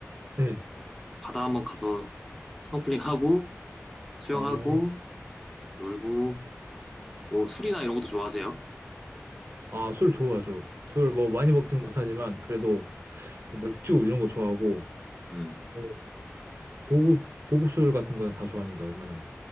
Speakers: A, on the right (about 55°); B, in the centre.
A: 예.
B: 바다 한번 가서 스노클링하고, 수영하고,
A: 어,
B: 놀고, 뭐, 술이나 이런 것도 좋아하세요?
A: 아, 술 좋아하죠. 술 뭐 많이 먹진 못하지만, 그래도 뭐 맥주 이런 거 좋아하고,
B: 음.
A: 뭐 고급, 고급 술 같은 거는 다 좋아합니다, 웬만하면.